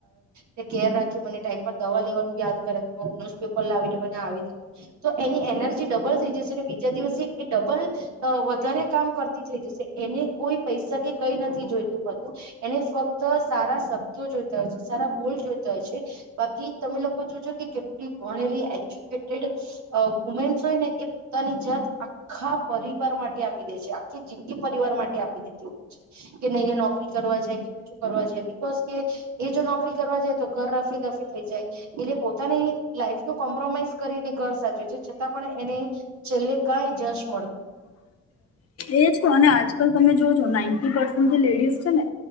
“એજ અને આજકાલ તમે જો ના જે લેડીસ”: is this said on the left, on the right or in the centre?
Left